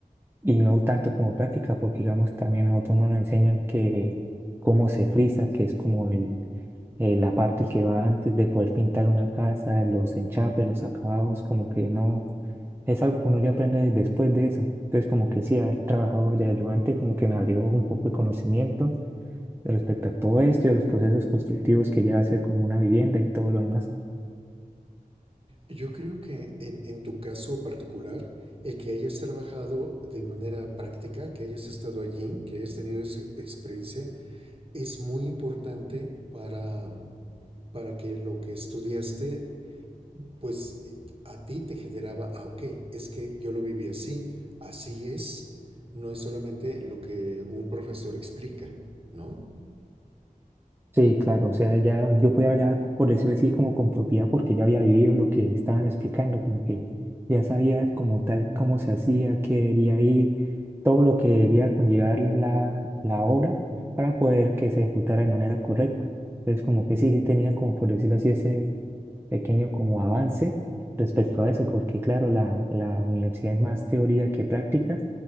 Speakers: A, on the right (about 15°); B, on the right (about 40°).
A: y no tanto como práctica, porque digamos también a nosotros no nos enseñan que cómo se frisa, que es como el, eh, la parte que va antes de poder pintar una casa, los enchapes, los acabados, como que no, es algo que uno ya aprende después de eso. Entonces como que sí, haber trabajado de ayudante como que me abrió un poco el conocimiento respecto a todo esto y a los procesos constructivos que lleva a ser como una vivienda y todo lo demás.
B: Yo creo que en, en tu caso particular, el que hayas trabajado de manera práctica, que hayas estado allí, que hayas tenido esa experiencia, es muy importante para, para que lo que estudiaste, pues a ti te generaba, ah, ok, es que yo lo viví así, así es, no es solamente lo que un profesor explica, ¿no?
A: Sí, claro, o sea, ya yo podía hablar, por decirlo así, como con propiedad, porque ya había vivido lo que estaban explicando, como que ya sabía como tal cómo se hacía, qué debería ir, todo lo que debería conllevar la, la obra para poder que se ejecutara de manera correcta. Entonces, como que sí, sí tenía como, por decirlo así, ese pequeño como avance respecto a eso, porque claro, la, la universidad es más teoría que práctica